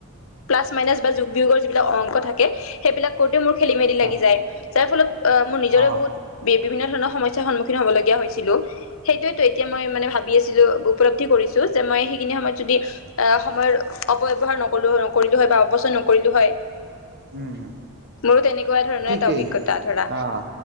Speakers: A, on the left; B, on the right.
A: প্লাছ মাইনাছ বা যোগ-বিয়োগৰ যিবিলাক অংক থাকে, সেইবিলাক কৰোঁতে মোৰ খেলিমেলি
B: হয়
A: লাগি যায়। যাৰ ফলত অ'- মোৰ নিজৰে
B: অঁ
A: বহুত বি বিভিন্ন ধৰণৰ সমস্যাৰ সন্মুখীন হব লগীয়া হৈছিলোঁ। সেইটোৱেতো এতিয়া মই মানে ভাবি আছিলোঁ। উপলব্ধি কৰিছোঁ যে মই সেইখিনি সময়ত যদি অ'- সময়ৰ অপব্যৱহাৰ নকৰিলোঁ কৰিলোঁ হয় বা অপচয় নকৰিলোঁ হয়
B: উম উম
A: মোৰো তেনেকুৱা ধৰণৰ
B: ঠিকেই
A: এটা অভিজ্ঞতা ধৰা।
B: অঁ